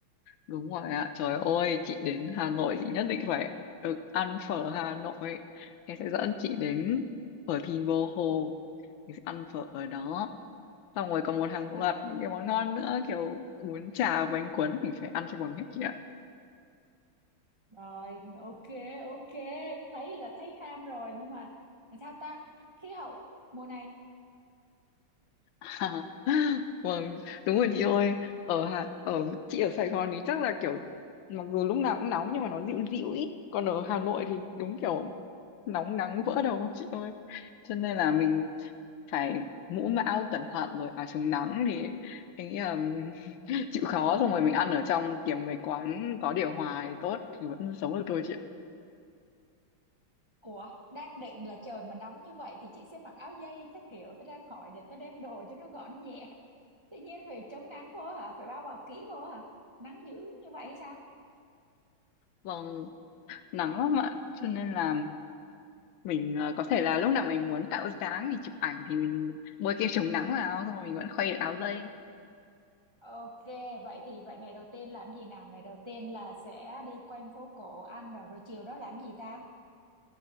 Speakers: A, on the left; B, on the right.
A: Đúng rồi ạ. Trời ơi, chị đến Hà Nội chị nhất định phải được ăn phở Hà Nội. Em sẽ dẫn chị đến phở Thìn Bờ Hồ. Chị sẽ ăn phở ở đó. Xong rồi còn một hàng
B: À
A: loạt những cái món ngon nữa kiểu bún chả bánh cuốn mình phải ăn cho bằng hết chị ạ.
B: rồi ok ok thấy là thấy ham rồi nhưng mà làm sao ta khí hậu mùa này
A: <laughs> Vâng, đúng rồi chị ơi. Ở Hà ở chị ở Sài Gòn thì chắc là kiểu mặc dù lúc nào cũng nóng nhưng mà nó dịu dịu ý. Còn ở Hà Nội thì đúng kiểu nóng nắng vỡ đầu chị ơi. cho nên là mình phải mũ mão cẩn thận rồi áo chống nắng thì anh nghĩ là <laughs> chịu khó xong rồi mình ăn ở trong kiếm mấy quán có điều hòa thì tốt thì vẫn sống được thôi chị ạ.
B: Ủa, đang định là trời mà nóng như vậy thì chị sẽ mặc áo dây các kiểu. Tôi đang hỏi để tôi đem đồ cho nó gọn nhẹ. <laughs> Tự nhiên phải chống nắng vô hả? Phải bao bọc kỹ vô hả? Nắng dữ như vậy hay sao?
A: vâng nắng lắm ạ cho nên là mình ờ, có thể là lúc nào mình muốn tạo dáng thì chụp ảnh thì mình bôi kem chống nắng vào xong rồi mình vẫn khuây được áo dây
B: Ok, vậy thì vậy ngày đầu tiên làm gì nào? Ngày đầu tiên là sẽ đi quanh phố cổ ăn rồi, rồi chiều đó làm gì ta?